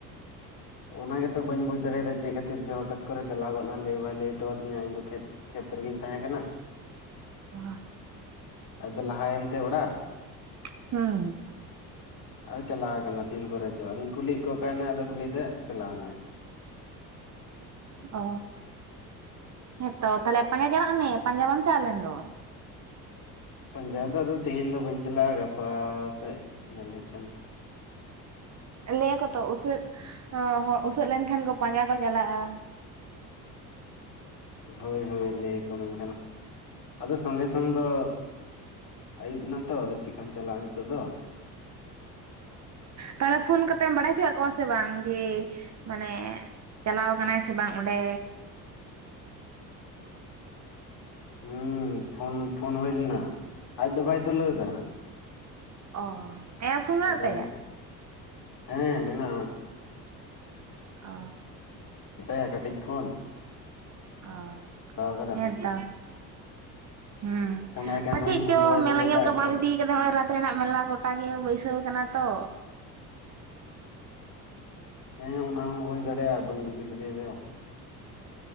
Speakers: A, on the left; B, on the right.
A: ᱚᱱᱟᱜᱮᱛᱚ ᱵᱟᱹᱧ ᱵᱩᱡᱽ ᱫᱟᱲᱮᱭᱟᱫᱟ ᱪᱮᱫ ᱠᱷᱟᱹᱛᱤᱨ ᱡ ᱦᱚᱴᱟᱛ ᱠᱚᱨᱮ ᱪᱟᱞᱟᱣ ᱜᱚᱫ ᱱᱟᱭ ᱞᱟᱹᱭ ᱵᱟᱭ ᱞᱟᱹᱭ ᱦᱚᱴᱚ ᱟᱫᱤᱧᱟ ᱤᱧᱫᱚ ᱠᱷᱮᱛ ᱠᱷᱮᱛ ᱨᱮᱜᱤᱧ ᱛᱟᱦᱮᱸ ᱠᱟᱱᱟ᱾
B: ᱚ
A: ᱟᱡ ᱫᱚ ᱞᱟᱦᱟᱭᱮᱱᱛᱮ ᱚᱲᱟᱜ
B: ᱦᱩᱸ
A: ᱟᱨ ᱪᱟᱞᱟᱣ ᱟᱠᱟᱱᱟ ᱛᱤᱱ ᱠᱚᱨᱮ ᱪᱚ ᱟᱫᱚᱧ ᱠᱩᱞᱤᱭᱮᱫ ᱠᱚ ᱚᱠᱟᱭᱮᱱᱟ ᱟᱫᱚ ᱠᱚ ᱞᱟᱹᱭ ᱫᱟᱪᱟᱞᱟᱣ ᱮᱱᱟᱭ
B: ᱚ, ᱦᱮᱸ ᱛᱚ ᱛᱟᱦᱚᱞᱮ ᱯᱟᱸᱡᱟ ᱪᱟᱞᱟᱜ ᱢᱮ ᱯᱟᱸᱡᱟ ᱵᱟᱢ ᱪᱟᱞᱟᱣ ᱞᱮᱱ ᱫᱚ
A: ᱯᱟᱸᱡᱟ ᱫᱚ ᱟᱫᱚ ᱛᱮᱦᱮᱧ ᱫᱚ ᱵᱟᱹᱧ ᱪᱟᱞᱟᱜᱼᱟ ᱜᱟᱯᱟ ᱥᱮᱫ ᱧᱮᱞ ᱦᱩᱭᱩᱜ ᱠᱟᱱᱟ,
B: ᱞᱟᱹᱭᱟᱠᱚ ᱛᱚ ᱩᱥᱟᱹᱫ ᱦᱚᱲ ᱩᱥᱟᱹᱫ ᱞᱮᱱᱠᱷᱟᱱ ᱠᱚ ᱯᱟᱸᱡᱟ ᱠᱚ ᱪᱟᱞᱟᱜᱼᱟ᱾
A: ᱦᱳᱭ ᱦᱳᱭ ᱞᱟᱹᱭ ᱟᱠᱚ ᱢᱮᱱᱠᱷᱟᱱ ᱟᱫᱚ ᱥᱚᱸᱜᱮ ᱥᱚᱝ ᱫᱚ ᱟᱹᱭᱩᱵ ᱮᱱᱟ ᱛᱚ ᱟᱫᱚ ᱪᱮᱠᱟᱢ ᱪᱟᱞᱟᱜᱼᱟ ᱱᱤᱛᱳᱜ ᱫᱚ
B: ᱛᱟᱦᱚᱞᱮ ᱯᱷᱳᱱ ᱠᱟᱛᱮᱢ ᱵᱟᱲᱟᱭ ᱦᱚᱪᱚᱠᱟᱜ ᱠᱚᱣᱟ ᱥᱮ ᱵᱟᱝ ᱡᱮ ᱢᱟᱱᱮ ᱪᱟᱞᱟᱣ ᱠᱟᱱᱟᱭ ᱥᱮ ᱵᱟᱝ ᱚᱸᱰᱮ
A: ᱦᱮᱸ ᱯᱷᱳᱱ ᱯᱷᱳᱱ ᱦᱩᱭ ᱞᱮᱱᱟ ᱟᱡ ᱫᱚ ᱵᱟᱭ ᱛᱩᱞᱟᱹᱣ ᱮᱫᱟ
B: ᱚ ᱟᱭᱟᱜ ᱯᱷᱳᱱ ᱢᱮᱱᱟᱜ
A: ᱚᱸᱰᱮ
B: ᱛᱟᱭᱟ
A: ᱦᱮᱸ ᱢᱮᱱᱟᱜᱼᱟ
B: ᱚ
A: ᱢᱮᱛᱟᱭᱟ ᱠᱟᱹᱴᱤᱡ ᱯᱷᱳᱱ
B: ᱚ
A: ᱦᱟᱛᱟᱣ ᱠᱟᱫᱟ
B: ᱦᱮᱸᱛᱚ ᱦᱩᱸ
A: ᱯᱷᱳᱱᱟᱭ ᱠᱟᱱ
B: ᱯᱟᱪᱮᱫ
A: ᱨᱮᱦᱚᱸᱧ ᱯᱷᱳᱱ
B: ᱪᱚ
A: ᱜᱮ ᱵᱟᱭ
B: ᱢᱮᱞᱟ
A: ᱛᱩᱞᱟᱹᱣ
B: ᱧᱮᱞ
A: ᱮᱫᱟ
B: ᱠᱚ
A: ᱟᱡ
B: ᱵᱟᱢ
A: ᱫᱚ
B: ᱤᱫᱤ ᱱᱚᱜ ᱚᱚᱭ ᱨᱟᱛ ᱨᱮᱱᱟᱜ ᱢᱮᱞᱟ ᱜᱚᱴᱟ ᱜᱮ ᱵᱟᱹᱭᱥᱟᱹᱣ ᱠᱟᱱᱟ ᱛᱚ
A: ᱦᱮᱸ ᱚᱱᱟ ᱦᱚᱸ ᱦᱩᱭ ᱫᱟᱲᱮᱭᱟᱜᱼᱟ ᱵᱟᱹᱧ ᱤᱫᱤ ᱞᱮᱫᱤ ᱫᱚ